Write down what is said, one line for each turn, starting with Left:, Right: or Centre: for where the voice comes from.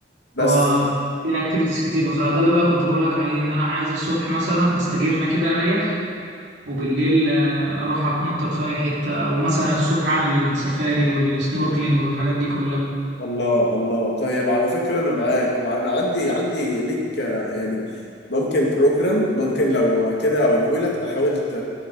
Left: بس
Right: هو في اكتيفيتيز كتير بصراحة ده اللي بقى كنت بقول لك عليه ان انا عايز الصبح مثلا استجم كده اريح وبالليل آه، اروح اتنطط في اي حته او مثلا الصبح اعمل السفاري والسنوركلينج والحاجات دي كلها
Left: الله الله طيب على فكرة أنا معاك وأنا عندي عندي ليك آه، يعني ممكن بروجرام ممكن لو كده أقوله لك تحاول ت...